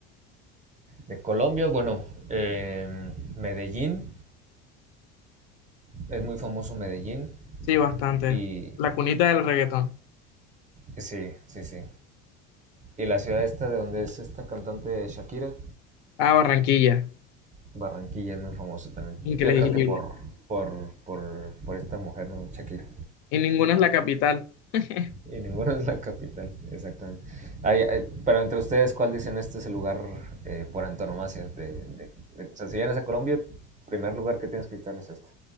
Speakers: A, on the right; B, on the left.
A: De Colombia, bueno, em, Medellín, es muy famoso Medellín
B: Sí, bastante.
A: y
B: La cunita del reggaetón.
A: sí, sí, sí. Y la ciudad esta de donde es esta cantante Shakira,
B: Ah, Barranquilla.
A: Barranquilla es muy famoso también.
B: Increíble.
A: Yo creo que por, por, por, por esta mujer, ¿no? Shakira.
B: Y ninguna es la capital. <laughs>
A: Y ninguna <laughs> es la capital, exactamente. Ay, ay, pero entre ustedes, ¿cuál dicen este es el lugar eh, por antonomasia? De, de- de- o sea, si vienes a Colombia, primer lugar que tienes que visitar es este.